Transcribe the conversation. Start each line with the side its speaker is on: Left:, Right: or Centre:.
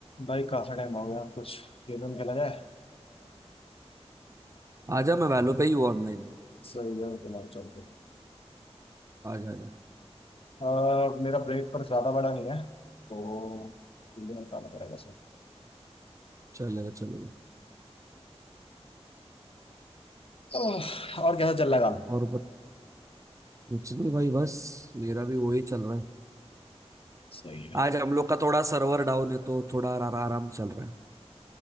Left: भाई काफी टाइम हो गया कुछ गेम वेम खेला जाए
Right: आजा मैं वैलो पे ही हूँ ऑनलाइन
Left: सही है तुम्हारा चलते
Right: आजा आजा
Left: अह, मेरा ब्रेक पर ज्यादा बड़ा नहीं है तो चीजें निकालना पड़ेगा सर
Right: चलेगा चलेगा
Left: ओह, और कैसा चल रहा है काम
Right: और बट कुछ नहीं भाई बस मेरा भी वही चल रहा है
Left: सही है
Right: आज हम लोग का थोड़ा सर्वर डाउन है तो थोड़ा आरा- आराम चल रहा है